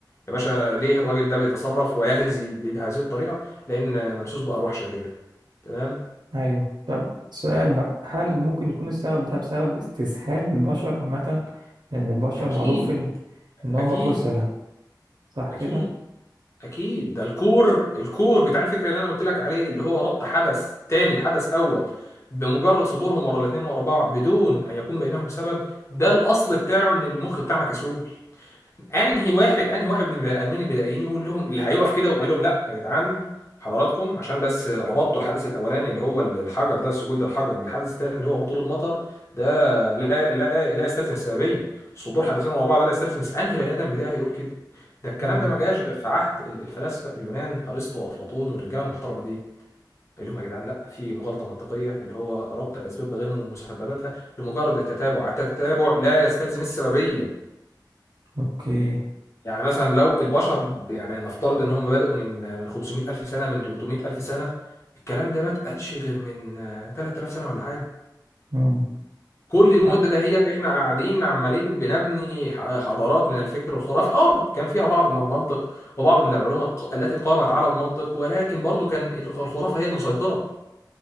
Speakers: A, on the left; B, on the right.
A: يا باشا ليه الراجل ده بيتصرف ويهزي بهذه الطريقه لان ممسوس بارواح شريره تمام
B: ايوه طب سؤال
A: تمام
B: بقى هل ممكن يكون السبب ده بسبب استسهال البشر عامة لأن البشر
A: اكيد
B: معروف إن إن هما
A: اكيد
B: كسلة صح كده؟
A: اكيد اكيد ده الكور الكور بتاع الفكره اللي انا قلت لك عليه اللي هو ربط حدث تاني بحدث اول بمجرد صدورهم ورا الاثنين ورا بعض بدون ان يكون بينهم سبب ده الاصل بتاعه ان المخ بتاعنا كسول انهي واحد انهي واحد من البني ادمين البدائيين يقول لهم اللي هيقف كده ويقول لهم لا يا جدعان حضراتكم عشان بس ربطتوا الحدث الاولاني اللي هو الحجر ده السجود للحجر بالحدث الثاني اللي هو هطول المطر ده لا لا لا يستلزم السببيه صدور حدثين ورا بعض لا يستلزم انهي بني ادم بدائي هيقول كده ده الكلام
B: امم
A: ده ما جاش غير في عهد ال- الفلاسفه اليونان ارسطو وافلاطون والرجاله المحترمه دي اللي هم يا جدعان لا في مغالطه منطقيه اللي هو ربط الاسباب بغير مسبباتها لمجرد التتابع التتابع لا يستلزم السببيه
B: أوكي
A: يعني مثلا لو البشر ب- يعني نفترض ان هم بدأوا من من 500 الف سنه من 300 الف سنه الكلام ده ما اتقالش غير من آه، 3000 سنه ولا حاجه
B: امم
A: كل المده
B: ف-
A: دهيت احنا قاعدين عمالين بنبني ح- حضارات من الفكر الخرافي اه كان فيها بعض من المنطق وبعض من العلوم الق- التي قامت على المنطق ولكن برضو كان الخرافه هي المسيطره